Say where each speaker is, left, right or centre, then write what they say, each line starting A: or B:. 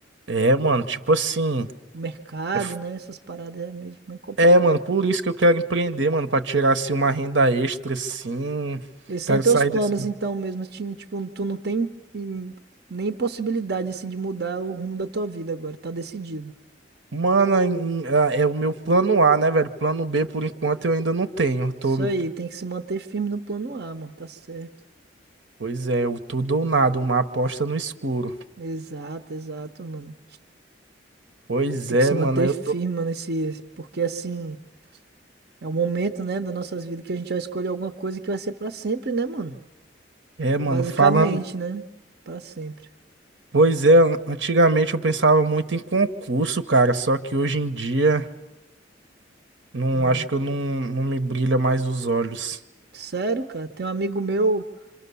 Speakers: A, on the right; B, on the right.
A: é, mano, tipo assim.
B: O mercado,
A: é
B: né, essas paradas é meio, meio complicado.
A: É, mano, por isso que eu quero empreender, mano, pra tirar assim uma renda extra, assim.
B: Esses são
A: Quero
B: teus
A: sair
B: planos,
A: desse.
B: então, mesmo, assim, tipo, tu não tem hum, nem possibilidade, assim, de mudar o rumo da tua vida agora, tá decidido.
A: Mano, em- em- ah, é o meu plano A, né, velho? Plano B, por enquanto, eu ainda não tenho. Eu Tô...
B: Isso aí, tem que se manter firme no plano A, mano, tá certo.
A: Pois é, o tudo ou nada, uma aposta no escuro.
B: Exato, exato, mano.
A: Pois
B: Tem
A: é,
B: que se
A: mano,
B: manter
A: aí eu
B: firme,
A: tô.
B: mano, esse, porque assim, é o momento, né, das nossas vidas que a gente vai escolher alguma coisa que vai ser pra sempre, né, mano?
A: É, mano,
B: Basicamente,
A: falando.
B: né? Pra sempre.
A: Pois é, an- antigamente eu pensava muito em concurso, cara, só que hoje em dia, não
B: Não.
A: acho que eu não, não me brilha mais os olhos.
B: Sério, cara, tem um amigo meu